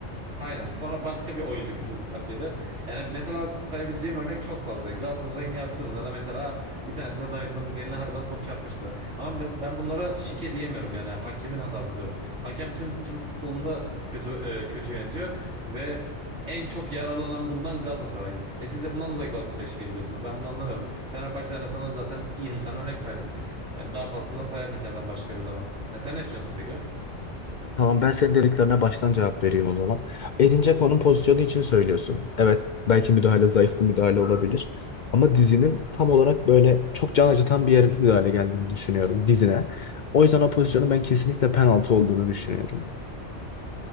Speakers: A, on the right; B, on the left.
A: Aynen. Sonra başka bir oyuncu kırmızı kart yedi. Yani mesela sayabileceğim örnek çok fazla. Galatasaray'ın yaptığında da mesela bir tanesinde Davinson'un eline harbiden top çarpmıştı. Ama ben, ben bunlara şike diyemiyorum yani hakemin hatası diyorum. Hakem tüm Türk futbolunda kötü e, kötü yönetiyor ve en çok yararlanan bundan Galatasaray. E siz de bundan dolayı Galatasaray'ı şikayet ediyorsunuz. Ben bunu anlamıyorum. Fenerbahçe'den de sana zaten 20 tane örnek saydım. Yani daha fazlasını da sayarım istersen başka bir zaman. Yani sen ne düşünüyorsun peki?
B: Tamam ben senin dediklerine baştan cevap vereyim o zaman. Edince konum pozisyonu için söylüyorsun. Evet belki müdahale zayıf bir müdahale olabilir. Ama dizinin tam olarak böyle çok can acıtan bir yere bir müdahale geldiğini düşünüyorum dizine. O yüzden o pozisyonun ben kesinlikle penaltı olduğunu düşünüyorum.